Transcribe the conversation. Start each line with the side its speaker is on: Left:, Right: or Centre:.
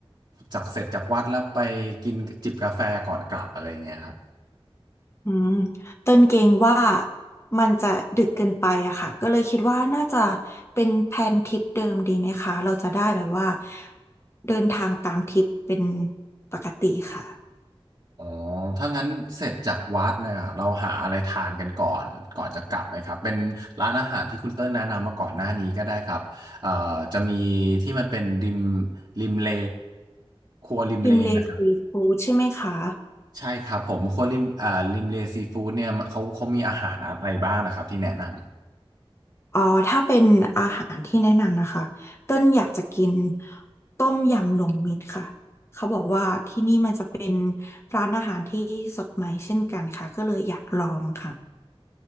Right: จากเสร็จจากวัดแล้วไปกินจิบกาแฟก่อนกลับอะไรอย่างเงี้ยครับ
Left: อืมเต้นเกรงว่ามันจะดึกเกินไปอะค่ะ ก็เลยคิดว่าน่าจะเป็นแผนทริปเดิมดีไหมคะ เราจะได้แบบว่าเดินทางตามทริปเป็นปกติค่ะ
Right: อ๋อถ้างั้นเสร็จจากวัดเนี่ยเราหาอะไรทานกันก่อนก่อนจะกลับไหมครับเป็นร้านอาหารที่คุณเติ้ลแนะนำมาก่อนหน้านี้ก็ได้ครับเอ่อจะมีที่มันเป็นริมริมเลครัวริมเลนะครับ
Left: ริมเลซีฟู้ดใช่ไหมคะ
Right: ใช่ครับผมครัวริมเอ่อริมเลซีฟู้ดเนี่ยเขาเขามีอาหารอะไรบ้างนะครับที่แนะนำ
Left: อ๋อถ้าเป็นอาหารที่แนะนำนะคะต้นอยากจะกินต้มยำรวมมิตรค่ะเขาบอกว่าที่นี่มันจะเป็นร้านอาหารที่สดใหม่เช่นกันค่ะก็เลยอยากลองค่ะ